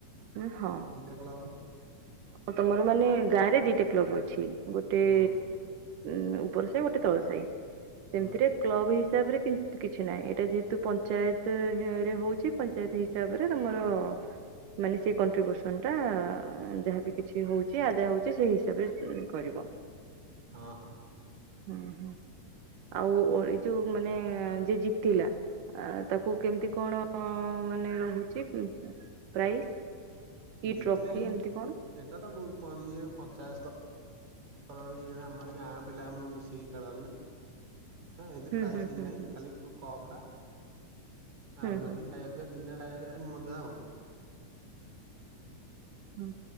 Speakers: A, on the right; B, on the right.
A: ଉ ହଁ
B: ଦିଟା କ୍ଲବ
A: ତମର ମାନେ ଗାଁ ରେ ଦିଟା କ୍ଲବ ଅଛି ଗୋଟେ ଗୋଟେ
B: ହୁଁ
A: ଉ ଉପର ସାହି ଗୋଟେ ତଳ ସାହି ସେମିତିରେ
B: ହୁଁ
A: କ୍ଲବ ହିସାବରେ କିଛି ନାହିଁ ଏଇଟା ଯେହେତୁ ପଞ୍ଚାୟତରେ ହଉଛି ପଞ୍ଚାୟତ ହିସାବରେ ତମର ମାନେ ସେଇ କଣ୍ଟ୍ରିବ୍ୟୁସନ ଟା ଯାହାବି କିଛି ହଉଛି ଆଦାୟ ହଉଛି ସେଇ ହିସାବରେ କରିବ <inaudible>
B: ହଁ ହଁ
A: ହୁଁ ହୁଁ ଆଉ ଯୋଉ ମାନେ ଯ ଜିତିଲା ଆ ତାକୁ କେମିତି କଣ ମାନେ ରହୁଛି ପ୍ରାଇସ୍ କି
B: ଜିତିଲେ
A: ଟ୍ରଫି
B: ସେମିତି
A: ଏମିତି କଣ?
B: ଉଁ ଏଇଟା ତ ଗୁ ପ ଇଏ ପଚାଶ ତ। ଅ ଇଏ ଆମରି ଗାଁ ପିଲା ମି-ମିସିକି ଖେଳନ୍ତି ହଁ ଏମିତି
A: ହୁଁ
B: ପ୍ରାଇସ୍
A: ହୁଁ
B: କିଛି
A: ହୁଁ
B: ନାହିଁ
A: ହୁଁ।
B: ଖାଲି କ-କପ ଟା
A: ହୁଁ
B: ଆଉ
A: ହୁଁ
B: ଏଠି। ଖାଇବା ପିଇବା ଦୁନିଆ ଖାଇବା ପିଇବା ଉଁ ମଜା ଆଉ।
A: ହଁ